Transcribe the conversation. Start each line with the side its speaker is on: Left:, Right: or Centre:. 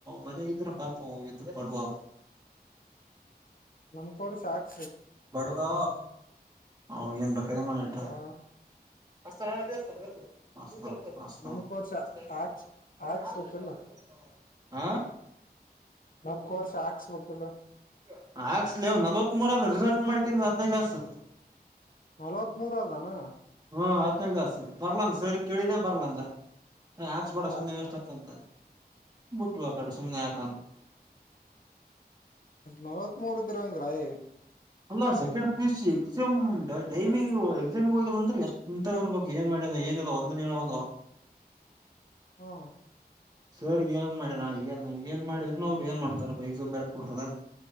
Right: ಮನೆಗೆ ಇದ್ರ ಪಾಪ ಎದುರು ಪಡುವ
Left: ನಮ್ಕ ಅವರು ಸಾಕ್
Right: ಬ್ಯಾಡವಾ ಹ ಏನ್ ಬಕರೆ ಮಾಡಟ
Left: ಹಾ
Right: ಹಸ್ತಾನ್ ಹಸ್ತಾನಂತ ಎಂದೂ ಹಾಸ್ತ್
Left: ನಮ್ ಕೋರ್ಸ್
Right: ಹಸ್ತಾ
Left: ಹಾಕ್ಸ್
Right: <unintelligible>
Left: ಹಾಕ್ಸ್ಬೇಕಲ್ಲ
Right: ಹಾ
Left: ನಮ್ ಕೋರ್ಸ್ ಹಾಕ್ಸ್ಬೇಕಲ್ಲ
Right: <unintelligible> ಹಾಕ್ಸ್ ನಲವತ್ ಮೂರ್ ಲೇಟ್ ಮಾಡ್ಕ್ರೆ ಆತ್ನೇ ಲಾಸು
Left: ನಲ್ವತ್ತ್ ಮೂರ ಅದನು
Right: ಹ್ಮ್ ಹತ್ತನೇ ಕ್ಲಾಸ್ ಬರ್ಲಂದ್ ಸರ್ ಕೇಳಿದ್ರೆ ಬರ್ಲಂದ ಹಾಕ್ಸ್ ಬೇಡ
Left: ಯಾಸ
Right: ಸುಮನೆ ವೇಸ್ಟ್ ಆತಂತ. ಬಟ್ಟುವ ಕಡೆ ಸುಮನೆ ಯಕಾ ಅಂತೊ
Left: ನಲವತ್ ಮೂರು ಇದ್ದಾರಂಗಾಯಲ್ಲ
Right: ಅಲ್ಲಾ second P U C exam timing ಎಕ್ಸಾಮಿಗ್ ಹೋಗಿಲ್ಲ ಅಂದ್ರೆ ಎಷ್ಟುಂತ ಇರ್ಬೇಕು ಏನ್ ಮಾಡ್ ಏನಿಲ್ಲ ಒಂದು ನೀವಂಗೊ
Left: ಹ್ಮ್
Right: ಸರ್ ಏನ್ ಮಾಡಿರ ಏನ್ ಏನ್ ಮಾಡಿದ್ರನ್ ಅವ್ರು ಏನ್ ಮಾಡ್ತಾರಪ್ಪ ಎಕ್ಸಾಮ್ ಬರಿಸೋಕ್ ಕೊಡ್ಸೋದ